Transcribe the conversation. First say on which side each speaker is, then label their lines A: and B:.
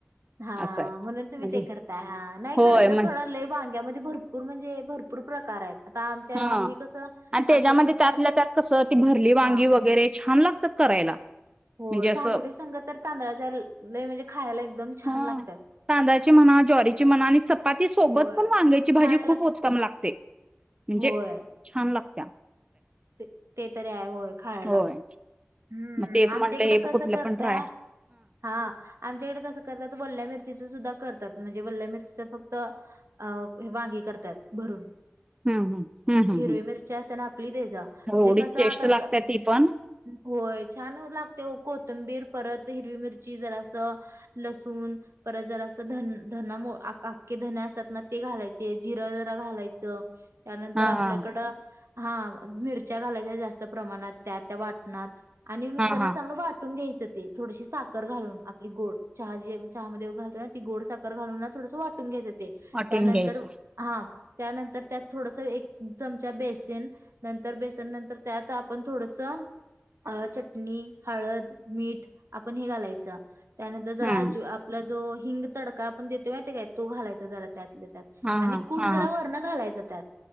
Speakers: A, on the right; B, on the right.
A: हा
B: असं आहे
A: म्हणून तुम्ही
B: म्हणजे
A: ते करता. हा नाही
B: होय
A: करत
B: म्हण
A: थोडा लय वांग्यामध्ये भरपूर म्हणजे भरपूर प्रकार आहेत. आता आमच्या
B: हा
A: आम्ही कसं
B: आणि त्याच्यामध्ये
A: आमच्यात कसं
B: त्यातल्या
A: अस
B: त्यात कसं ती भरली वांगी
A: हा
B: वगैरे छान लागतात करायला
A: होय
B: म्हणजे अस
A: भाकरी संग तर तांदळाच्या लय म्हणजे खायला एकदम छान
B: हा
A: लागतात
B: तांदळाची म्हणा, ज्वारीची म्हणा, आणि चपाती सोबत
A: होय
B: पण वांग्याची भाजी
A: छान
B: खूप
A: लाग
B: उत्तम लागते ते म्हणजे
A: होय
B: छान लागत.
A: ते ते तरी आहे होय खायला
B: होय
A: हम्म
B: मग तेच
A: आमच्या
B: म्हटलं
A: इकडे
B: हे
A: कसं
B: कुठलं
A: करतय
B: पण ट्राय
A: हा आमच्याकडे कसं करत वल्ल्या मिरचीच सुद्धा करतात म्हणजे वल्ल्या मिर फक्त अ वांगी करतात भरून.
B: हम् हम् हम् हम्
A: हिरवी
B: हम्
A: मिरची असे ना आपली दे जा म्हणजे
B: एवढी
A: कसं
B: टेस्ट
A: आता
B: लागते ती पण
A: होय छान लागते कोथंबीर परत हिरवी मिरची जरा असं लसूण परत जरा असं धन धना अख्खे धन असतात ना ते घालायचे जिरं जरा घालायचं त्यानंतर
B: हा
A: आपल्याकडं
B: हा
A: हा मिरच्या घालायच्या जास्त प्रमाणात त्या त्या वाट ना आणि मिक्सर
B: हा
A: ला
B: हा
A: चांगलं वाटून घ्यायचं थोडशी साखर घालून आपली गोड चहा जी चहा मध्ये घलतो ना ती गोड साखर घाून ना थोडसं वाटून घ्यायच त्यानंतर
B: वाटून घ्यायचं
A: हा त्यानंतर त्यात थोडस एक चमचा बेसन नंतर बेसन नंतर त्यात आपण थोडस अ चटणी हळद मीठ आपण हे घालायचं. त्यानंतर जर
B: हम्म
A: राज आपला जो हिंग तडका आपण देतो माहिती काय तो घालायचा जरा त्यात आणि
B: हा हा
A: कुट
B: हा
A: जरा वरण घालायचं. त्यात